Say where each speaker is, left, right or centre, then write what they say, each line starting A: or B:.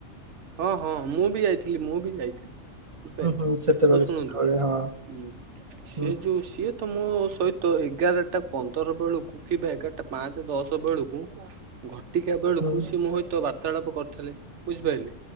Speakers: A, on the right (about 65°); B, on the right (about 40°).
A: ହଁ ହଁ ମୁଁ ବି ଯାଇଥିଲି, ମୁଁ ବି ଯାଇଥିଲି। ବୁଝିପାଇଲେ
B: ହୁଁ ହୁଁ ସେତେବେଳେ
A: ହଉ ଶୁଣନ୍ତୁ
B: ସେତେବେଳେ
A: ହୁଁ
B: ହଁ
A: ସେ
B: ହୁଁ
A: ଯୋଉ ସିଏ ତମ ସହିତ ଏଗାରଟା ପନ୍ଦର ବେଳକୁ କିମ୍ବା ଏଗାରଟା ପାଞ୍ଚ ଦଶ ବେଳକୁ ଘ ଘଟିକା ବେଳକୁ
B: ହୁଁ।
A: ସେ ମୋ ସହିତ ବାର୍ତ୍ତାଳାପ କରିଥିଲେ ବୁଝିପାଇଲେ।